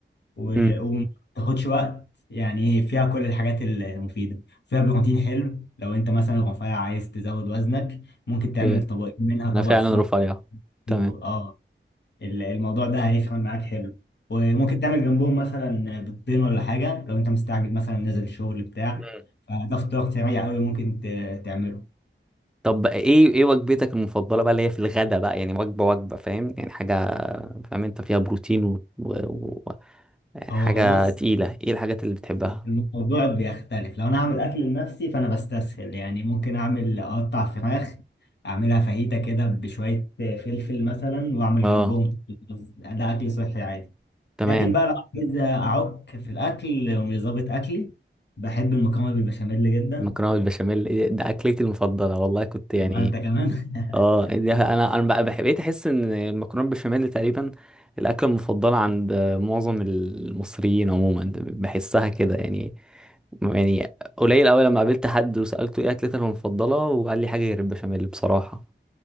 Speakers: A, on the left; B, in the centre.
A: و-
B: امم
A: وما بتاخدش وقت يعني ايه، فيها كل الحاجات المفيدة فيها بروتين حلو لو انت مثلا رفيع عايز تزود وزنك ممكن
B: اوكي
A: تعمل طبقين منها
B: انا
A: طبق
B: فعلا
A: الصبح
B: رفيع تمام
A: و- اه ال- الموضوع ده هيفرق معاك حلو وممكن تعمل جنبهم مثلا بيضتين ولا حاجة لو انت مستعجل مثلا نازل الشغل بتاع
B: مم.
A: فده فطار سريع قوي ممكن ت- تعمله
B: طب ايه ايه وجبتك المفضله بقى اللي هي في الغدا بقى يعني وجبه وجبه فاهم يعني حاجه فاهم انت فيها بروتين و... و... و... يعني
A: هو
B: حاجه
A: بص
B: تقيله ايه الحاجات اللي بتحبها
A: الموضوع بيختلف لو انا هعمل اكل لنفسي فانا بستسهل يعني ممكن اعمل اقطع فراخ اعملها فاهيتا كده بشوية فلفل مثلا واعمل
B: اه
A: جنبهم رز. ده اكل صحي عادي
B: تمام
A: لكن بقى لو عايز اعك في الاكل ومش ظابط اكلي بحب المكرونة بالبشاميل جدا
B: مكرونه بالبشاميل إيه ده اكلتي المفضله والله كنت يعني
A: طب انت كمان <laughs>
B: اه دي انا انا بقى بح- بقيت احس ان المكرونه بالبشاميل تقريبا الاكله المفضله عند معظم المصريين عموما بحسها كده يعني يعني قليل قوي لما قابلت حد وسالته ايه اكلتك المفضله وقال لي حاجه غير البشاميل بصراحه